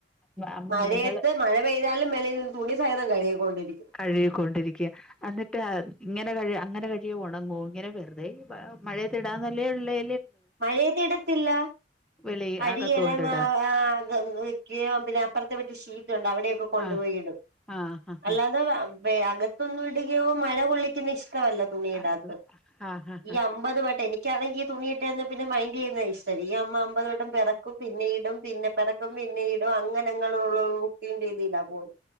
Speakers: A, in the centre; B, on the right (about 65°).
A: അമ്മ
B: മയെത്ത്
A: നിങ്ങള്
B: മഴ പെയ്താലും മേലെ തുണി സഹിതം കഴ്കിക്കൊണ്ടിരിക്കും.
A: കഴുകിക്കൊണ്ടിരിക്ക്യാ എന്നിട്ട് ഇങ്ങനെ കഴു അങ്ങനെ കഴുക്യാ ഒണങ്ങോ? ഇങ്ങനെ വെറ്തെ മഴയത്തിടാൻന്നല്ലേ ഒള്ളേ.
B: മഴയത്തിടത്തില്ല
A: വെളി
B: അടിയല്ല
A: അകത്ത് കൊണ്ടിടാം
B: മ അ വിക്കിയും പിന്നപ്പർത്തെ വീട്ടിൽ ഷീറ്റുണ്ട് അവിടൊക്കെ കൊണ്ടുപോയിടും
A: ആഹ് ആഹ് ആഹ്
B: അല്ലാതെ വ വേ അകത്തൊന്നും ഇടുകയോ മഴ കൊള്ളിക്കുന്നെ ഇഷ്ട്ടവല്ല. തുണിയിടാത്തെ
A: ആഹ് അത് ആഹ് ആഹ്
B: ഈ അമ്പത് വട്ടം എനി ക്കാണെങ്കി ഈ തുണിയിട്ടയ്ഞ്ഞാ പിന്നെ മൈന്ഡെയ്യുന്ന ഇഷ്ട്ടല്ല ഈ അമ്മ അമ്പത് വട്ടം പെറക്കും പിന്നെ ഇ ടും പിന്നെ പെറക്കും പിന്നെ ഇടും അങ്ങനങ്ങനുള്ള റുട്ടീൻ രീതിയിലാ പോവുന്നെ